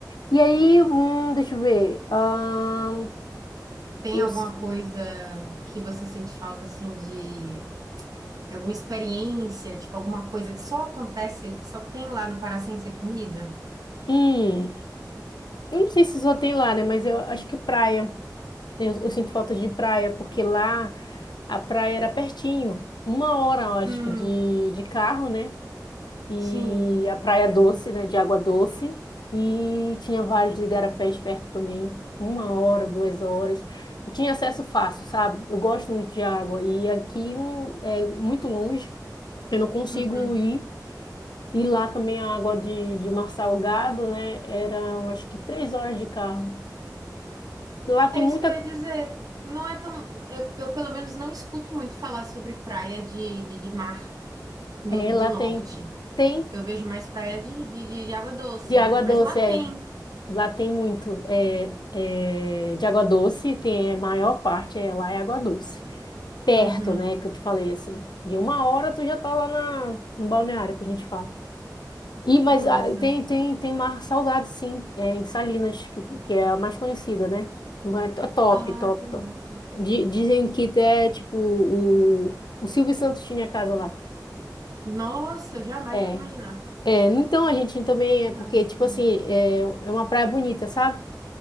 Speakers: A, on the left; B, on the right.
A: E aí, hum, deixa eu ver. Ahn,
B: Tem
A: eu,
B: alguma
A: s-
B: coisa que você sente falta, assim, de alguma experiência, tipo, alguma coisa que só acontece, que só tem lá no Pará sem ser comida?
A: hum, eu não sei se só tem lá, né? Mas eu acho que praia. Eu, eu sinto falta de praia, porque lá a praia era pertinho. Uma hora, eu acho
B: Hum,
A: que, de, de carro, né? E
B: sim.
A: a praia doce, né? De água doce. E tinha vários igarapés perto também. Uma hora, duas horas. Eu tinha acesso fácil, sabe? Eu gosto muito de água. E aqui hum, é muito longe. Eu não consigo
B: Uhum.
A: ir. E lá também a água de, de mar salgado, né? Era, eu acho que, três horas de carro. Lá tem
B: É
A: muita...
B: isso que eu ia dizer. Não é tão. Eu, eu, pelo menos, não escuto muito falar sobre praia de, de, de mar do,
A: É, lá
B: do norte.
A: tem... Tem
B: Eu vejo mais praia de, de, de de água doce,
A: De água
B: né? Mas
A: doce,
B: lá tem.
A: é. Lá tem muito é, é, de água doce, tem a maior parte é, lá é água doce. Perto,
B: Uhum.
A: né, que eu te falei assim. De uma hora tu já tá lá na, no balneário que a gente fala. E, mas
B: Massa.
A: ah, tem, tem, tem mar salgado, sim, é, em Salinas, que, que é a mais conhecida, né? Mas é top,
B: Ah,
A: top,
B: que massa.
A: top. Di- dizem que até, tipo, o, o Silvio Santos tinha casa lá.
B: Nossa, eu jamais
A: É.
B: ia imaginar.
A: É, então a gente também
B: Massa.
A: é porque, tipo assim, é, é uma praia bonita, sabe?